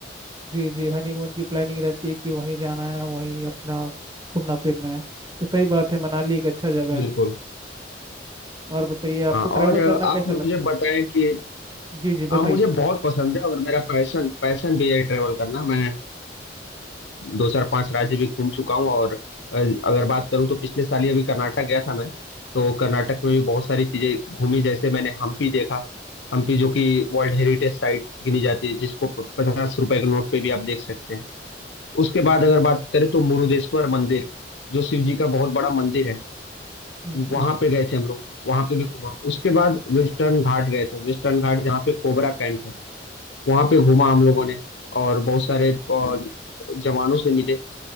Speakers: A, on the right; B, on the left.
A: जी जी हनीमून की प्लानिंग रहती है कि वहीं जाना है वहीं अपना घूमना फिरना है तो सही बात है मनाली एक अच्छा जगह
B: बिल्कुल
A: है और बताइए
B: हाँ
A: आपको ट्रैवल
B: और अ,
A: करना
B: आप
A: कैसा
B: मुझे
A: लगता है
B: बताएं कि
A: जी जी बताइए
B: हाँ मुझे बहुत पसंद है और मेरा पैशन पैशन भी है ट्रेवल करना मैं दो चार पांच राज्य भी घूम चुका हूँ और अ, अगर बात करूँ तो पिछले साल ही अभी कर्नाटक गया था मैं तो कर्नाटक में भी बहुत सारी चीजें घूमी जैसे मैंने हम्पी देखा हम्पी जो कि वर्ल्ड हेरिटेज साइट गिनी जाती है जिसको पचास रुपए के नोट पे भी आप देख सकते हैं उसके बाद अगर बात करें तो मुरुदेश्वर मंदिर जो शिव जी का बहुत बड़ा मंदिर है
A: जी
B: वहां
A: जी
B: पे गए थे हम लोग वहां पे भी घूमा उसके बाद वेस्टर्न घाट गए थे वेस्टर्न घाट जहाँ पे कोबरा कैंप है वहां पे घूमा हम लोगों ने और बहुत सारे अ, जवानों से मिले